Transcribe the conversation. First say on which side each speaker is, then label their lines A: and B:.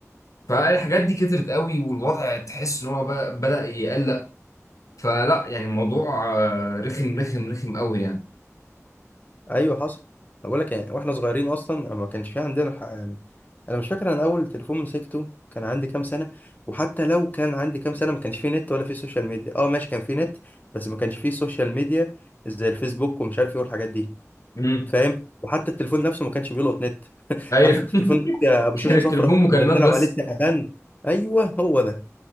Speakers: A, on the left; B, on the left.
A: فالحاجات دي كترت قوي والوضع تحس إن هو بقى بدأ يقلق فلا يعني الموضوع آه، رخم رخم رخم قوي
B: أيوه حصل بقول لك يعني واحنا صغيرين أصلا ما كانش في عندنا الح... أنا مش فاكر أنا أول تليفون مسكته كان عندي كام سنة وحتى لو كان عندي كام سنة ما كانش فيه نت ولا فيه سوشيال ميديا أه ماشي كان فيه نت بس ما كانش فيه سوشيال ميديا زي الفيسبوك ومش عارف إيه والحاجات دي
A: يعني
B: فاهم وحتى التليفون نفسه ما كانش بيلقط نت <laughs>
A: ايوه
B: عارف انت التليفون
A: <laughs>
B: يا ابو
A: كان
B: شاشه
A: التليفون
B: صفرا
A: مكالمات
B: اللي بنلعب
A: بس
B: عليه التعبان ايوه هو ده